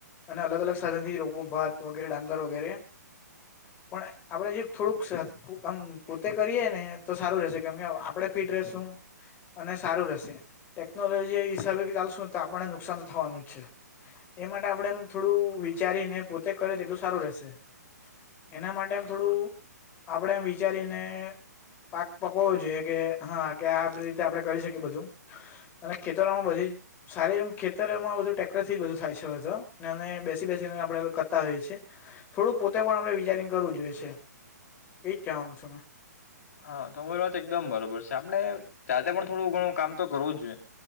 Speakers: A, on the left (about 20°); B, on the left (about 60°).
A: અને અલગ અલગ સાધન થી રોપો ભાત વગેરે ડાંગર વગેરે પણ આપડે જરીક થોડુંક સ ખુ આમ પોતે કરીએે ને તો સારું રહેશે કેમ કે આપડે ફિટ રેશું અને સારું રશે ટેકનોલોજી એ હિસાબે ચાલશું ને તો આપણને નુકસાન તો થવાનું જ છે એ માટે આપડે એમ થોડું વિચારીને પોતે કરે તેટલું સારું રહેશે એના માટે એમ થોડું આપડે એમ વિચારીને પાક પકવવો જોઈએ કે હા કે આપ રીતે આપડે કરી શકીએ બધું અને ખેતરોમાં બધી સારી એમ ખેત અત્યારે એમાં બધું ટ્રેક્ટરથી જ બધું થાય છે હતો બેસી બેસી આપડે કરતા હોઈએ છે થોડું પોતે પણ આપડે વિચારીને કરવું જોઈએ છે એ જ કહેવા માગું છું મેં
B: હા તમારી વાત એકદમ બરોબર છે આપણે જાતે પણ થોડું ઘણું કામ તો કરવું જ જોઈએ